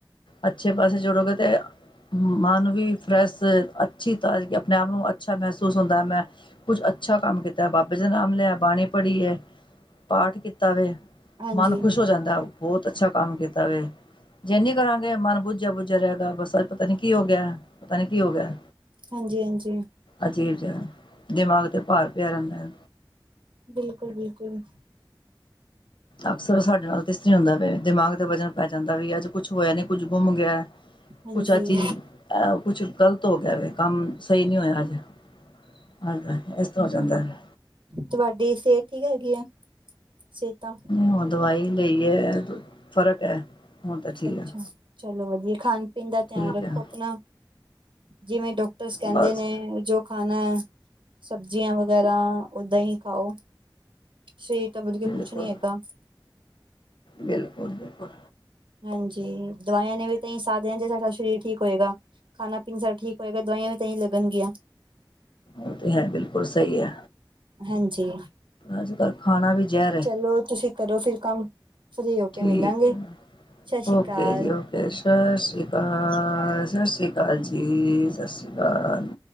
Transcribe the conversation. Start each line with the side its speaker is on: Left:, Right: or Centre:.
Left: ਅੱਛੇ ਪਾਸੇ ਜੋੜੋਗੇ ਤੇ ਮਨ ਵੀ ਫਰੈਸ਼ ਅੱਛੀ, ਤ ਆਪਣੇ ਆਪ ਨੂੰ ਅੱਛਾ ਮਹਿਸੂਸ ਹੁੰਦਾ ਮੈਂ ਕੁਝ ਅੱਛਾ ਕੰਮ ਕੀਤਾ ਬਾਬੇ ਦਾ ਨਾਮ ਲਿਆ ਬਾਣੀ ਪੜ੍ਹੀ ਐ। ਪਾਠ ਕੀਤਾ ਵੇ,
Right: ਹਾਂਜੀ,
Left: ਮਨ ਖੁਸ਼ ਹੋ ਜਾਂਦਾ ਬਹੁਤ ਅੱਛਾ ਕੰਮ ਕੀਤਾ ਵੇ‌। ਜੇਨੀ ਕਰਾਂਗੇ ਮਨ ਬੁੱਝਿਆ-ਬੁੱਝਿਆ ਰਹੇਗਾ ਬਸ ਅ ਪਤਾ ਨੀ ਕੀ ਹੋ ਗਿਆ, ਪਤਾ ਨੀ ਕੀ ਹੋ ਗਿਆ।
Right: ਹਾਂਜੀ-ਹਾਂਜੀ।
Left: ਅਜੀਬ ਜਿਹਾ, ਦਿਮਾਗ 'ਤੇ ਭਾਰ ਪਿਆ ਰਹਿੰਦਾ ਐ।
Right: ਬਿਲਕੁੱਲ-ਬਿਲਕੁੱਲ।
Left: ਅਕਸਰ ਸਾਡੇ ਨਾਲ ਤੇ ਇਸ ਤਰੀ ਹੁੰਦਾ ਪਿਆ ਦਿਮਾਗ ਦਾ ਵਜ਼ਨ ਪੈ ਜਾਂਦਾ ਵੀ ਅੱਜ ਕੁਛ ਹੋਇਆ ਨੀ ਕੁੱਝ ਗੁੰਮ ਗਿਆ।
Right: ਹਾਂਜੀ,
Left: ਕੁਛ ਅ ਚੀਜ਼, ਐ ਕੁਛ ਗ਼ਲਤ ਹੋ ਗਿਆ ਵੇ ਕੰਮ ਸਈ ਨੀ ਹੋਇਆ ਅੱਜ। ਹਾਂਜੀ, ਇਸ ਤਰ੍ਹਾਂ ਹੋ ਜਾਂਦਾ ਐ।
Right: ਤੁਹਾਡੀ ਸਿਹਤ ਠੀਕ ਹੈਗੀ ਏ, ਸਿਹਤਾਂ?
Left: ਹ ਦਵਾਈ ਲ ਹੈ, ਫਰਕ ਹੈ। ਹੁਣ ਤਾਂ ਠੀਕ
Right: ਅੱਛਾ
Left: ਹੈ
Right: ਚਲੋ ਵਧੀਆ ਖਾਣ ਪੀਣ ਦਾ ਧਿਆਨ
Left: ਠੀਕ
Right: ਰੱਖੋ
Left: ਹੈ
Right: ਆਪਣਾ ਜਿਵੇਂ ਡਾਕ <unintelligible> ਕਹਿੰਦੇ
Left: ਬਸ
Right: ਨੇ ਜੋ ਖਾਣਾ ਸਬਜ਼ੀਆਂ ਵਗੈਰਾ ਓਦਾਂ ਹੀ ਖਾਓ ਸਰੀਰ ਤਾਂ ਵਧ ਕੇ
Left: ਬਿਲਕੁਲ
Right: ਕੁੱਛ ਨੀ ਹੈਗਾ
Left: ਬਿਲਕੁਲ ਬਿਲਕੁਲ
Right: ਹਾਂਜੀ ਦਵਾਈਆਂ ਨੇ ਵੀ ਤਾਂ <unintelligible> ਜੇ ਸਾਡਾ ਸਰੀਰ ਠੀਕ ਹੋਏਗਾ ਖਾਣਾ ਪੀਣ ਸਾ ਠੀਕ ਹੋਏਗਾ ਦਵਾਈਆਂ ਵੀ ਤਾਂ ਲੱਗਣਗੀਆਂ
Left: ਉਹ ਤੇ ਹੈ ਬਿਲਕੁਲ ਸਹੀ ਐ
Right: ਹਾਂਜੀ
Left: ਅਜ ਕੱਲ੍ਹ ਖਾਣਾ ਵੀ ਜ਼ਹਿਰ ਐ
Right: ਚਲੋ ਤੁਸੀਂ ਕਰੋ ਫਿਰ ਕੰਮ ਫ੍ਰੀ ਹੋ
Left: ਠੀਕ
Right: ਕੇ ਮਿਲਾਂਗੇ ਸਤਿ ਸ਼੍ਰੀ
Left: ਓਕੇ
Right: ਅਕਾਲ,
Left: ਜੀ ਓਕੇ ਸਤਿ ਸ਼੍ਰੀ ਅਕਾਲ ਸਤਿ ਸ਼੍ਰੀ ਅਕਾਲ ਸਤਿ ਅਕਾਲ ਜੀ ਸਤਿ ਸ਼੍ਰੀ ਅਕਾਲ